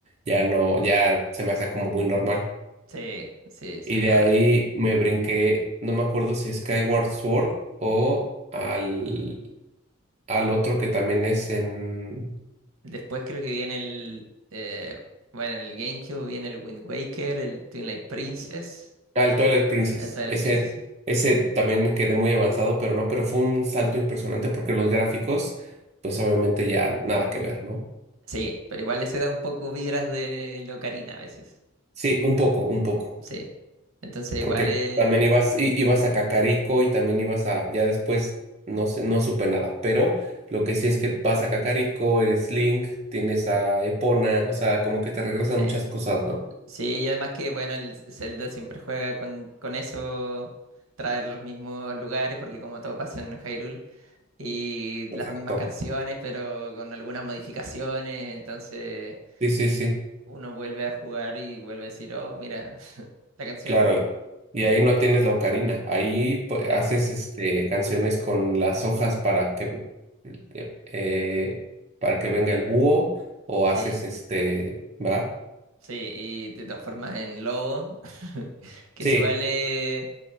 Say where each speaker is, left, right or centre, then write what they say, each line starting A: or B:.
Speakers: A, on the right; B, on the right.
A: ya no, ya se me hace como muy normal.
B: Sí, sí, sí,
A: Y
B: es
A: de
B: verdad.
A: ahí me brinqué, no me acuerdo si Skyward Sword o al, al otro que también es en...
B: Después creo que viene el, eh, bueno, en el GameCube viene el Wind Waker, el Twilight Princess,
A: Ah, el Twilight Princess.
B: el Twilight
A: Ese,
B: Princess.
A: ese también quedé muy avanzado, pero no, pero fue un salto impresionante porque los gráficos, pues obviamente ya nada que ver, ¿no?
B: Sí, pero igual ese da un poco vibras de la ocarina a veces.
A: Sí, un poco, un poco.
B: Sí. Entonces
A: Porque
B: igual eh,
A: también ibas, i- ibas a Cacarico y también ibas a, ya después, no sé, no supe nada. Pero lo que sí es que vas a Cacarico, eres Link, tienes a Epona, o sea, como que te regresan
B: sí.
A: muchas cosas, ¿no?
B: Sí, y además que bueno, el Zelda siempre juega con, con eso, traer los mismos lugares, porque como todo pasa en Hyrule, y
A: Exacto.
B: las mismas canciones, pero con algunas modificaciones, entonces
A: Sí, sí, sí.
B: uno vuelve a jugar y vuelve a decir, oh, mira, <laughs> la canción,
A: Claro, y ahí no tienes la ocarina, ahí pu- haces
B: no.
A: este canciones con las hojas para que eh, eh, para que venga el búho o
B: Sí,
A: haces este, ¿va?
B: sí, y te transformas en lobo, <laughs> que
A: Sí,
B: es igual... eh,